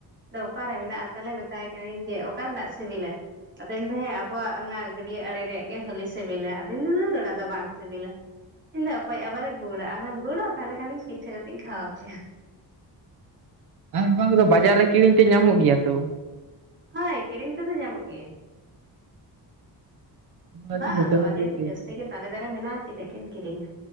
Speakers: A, on the right; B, on the right.
A: ᱫᱚ ᱚᱠᱟ ᱨᱮ ᱢᱮᱱᱟᱜ-ᱟ᱾ ᱛᱟᱦᱚᱞᱮ ᱢᱮᱛᱟᱭ ᱠᱟᱹᱱᱟᱹᱧ, ᱡᱮ ᱚᱠᱟ ᱨᱮᱱᱟᱜ ᱥᱤᱵᱤᱞᱟ ᱟᱫᱚᱭ ᱢᱮᱱ ᱫᱟ ᱦᱮᱸ ᱟᱵᱚᱣᱟᱜ ᱚᱱᱟᱼᱼ ᱜᱟᱹᱰᱭᱟᱹ ᱟᱲᱮ ᱨᱮᱭᱟᱜ ᱜᱮ ᱵᱷᱟᱹᱞᱤ ᱥᱤᱵᱤᱞᱟ, ᱟᱫᱩᱧᱱ ᱫᱷᱩᱨ ᱚᱱᱟ ᱫᱚ ᱵᱟᱝ ᱥᱤᱵᱤᱞᱟ᱾ ᱤᱧ ᱫᱚ ᱚᱠᱚᱭ ᱟᱵᱟᱨᱮ ᱜᱩᱲᱟ, ᱟᱢᱮᱢ ᱜᱩᱲᱟ ᱛᱟᱦᱚᱞᱮ ᱠᱷᱟᱱᱤᱧ ᱯᱤᱴᱷᱟᱹ ᱠᱟᱛᱮᱜ ᱤᱧ ᱠᱷᱟᱣᱟᱣ ᱯᱮᱭᱟ᱾
B: ᱟᱨ ᱵᱟᱝ ᱫᱚ ᱵᱟᱡᱟᱨ ᱨᱮ ᱠᱤᱨᱤᱧ ᱛᱮ ᱧᱟᱢᱚᱜ ᱜᱮᱭᱟ ᱛᱚ᱾
A: ᱦᱚᱭ ᱠᱤᱨᱤᱧ ᱛᱮᱫᱚ ᱧᱟᱢᱚᱜ ᱜᱮᱭᱟ᱾
B: ᱟᱨᱠᱤ
A: ᱵᱟ
B: ᱡᱚᱛᱚ
A: ᱟᱫᱚ,
B: ᱨᱚᱠᱚᱢ
A: ᱟᱞᱮ
B: ᱜᱮ
A: ᱫᱚ
B: ᱠᱤᱨᱤᱧ
A: ᱡᱟᱹᱥᱛᱤ ᱜᱮ ᱛᱟᱞᱮ ᱫᱟᱨᱮ ᱢᱮᱱᱟᱜ-ᱟ᱾ ᱛᱤᱱᱟᱹᱜ ᱠᱤᱱ ᱠᱤᱨᱤᱝ-ᱟ᱾